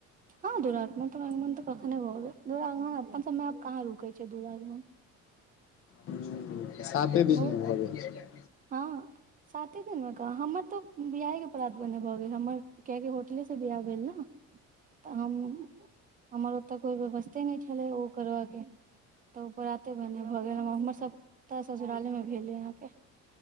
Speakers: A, on the right; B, on the left.
A: हँ दुरागमन-तुरागमन तऽ कखने भऽ गेल दुरागमन अपन सबमे आब कहाँ रुके छै दुरागमन
B: हुं साते
A: बहुत
B: दिन भी जाए छै
A: हँ साते दिनमे कहाँ हमर तऽ बियाहे के प्रात भने भऽ गेल हमर कियैकि होटले से बियाह भेल न। तऽ हम हमर ओतऽ कोइ व्यवस्थे नहि छलै ओ करबऽ के तऽ ओ प्राते भने भऽ गेल हमर सबटा ससुराले मे भेलै अहाँके